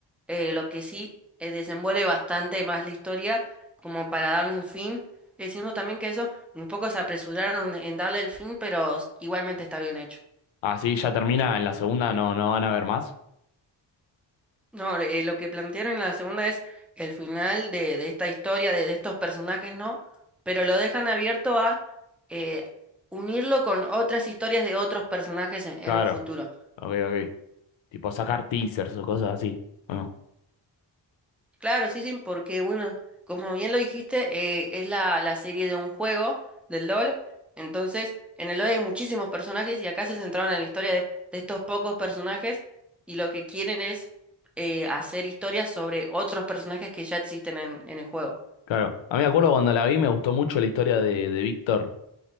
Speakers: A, in the centre; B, on the left (about 80°).
A: eh, lo que sí eh, desenvuelve bastante más la historia como para darle un fin, diciendo también que eso un poco se apresuraron en darle el fin, pero s- igualmente está bien hecho.
B: Así ya termina en la segunda, no, no van a ver más.
A: No, eh, lo que plantearon en la segunda es el final de, de esta historia, de, de estos personajes, ¿no? Pero lo dejan abierto a eh, unirlo con otras historias de otros personajes en
B: Claro,
A: en un futuro.
B: ok, ok. Tipo sacar teasers o cosas así, ¿o no?
A: Claro, sí, sí, porque bueno, como bien lo dijiste, eh, es la, la serie de un juego, del LOL. Entonces, en el LOL hay muchísimos personajes y acá se centraron en la historia de, de estos pocos personajes y lo que quieren es eh, hacer historias sobre otros personajes que ya existen en, en el juego.
B: Claro. A mí me acuerdo cuando la vi me gustó mucho la historia de, de Víctor.